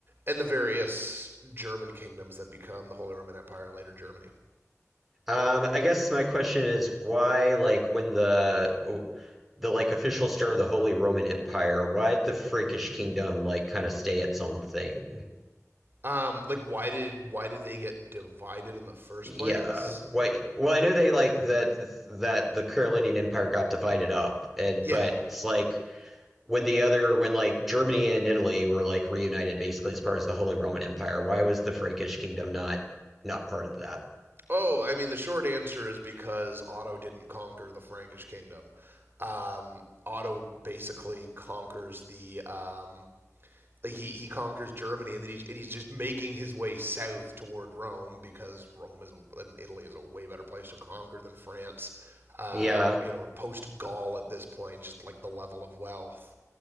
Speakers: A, on the right; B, in the centre.
A: and the various german kingdoms that become the holy roman empire and later germany
B: Um, I guess my question is why, like, when the the like official star of the Holy Roman Empire, why did the Frankish kingdom like kind of stay its own thing?
A: um like why did why did they get divided in the first
B: Yeah.
A: place
B: Why? Well, I know they like that that the Carolinian Empire got divided up, and
A: yeah
B: but it's like when the other when like Germany and Italy were like reunited basically as part of the Holy Roman Empire, why was the Frankish kingdom not not part of that?
A: Oh, I mean, the short answer is because Otto didn't conquer the Frankish kingdom. Um, Otto basically conquers the. Um, like he, he conquers Germany and then he's, and he's just making his way south toward Rome because Rome is a, and Italy is a way better place to conquer than France, uh,
B: Yeah,
A: you know, or post Gaul at this point, just like the level of wealth.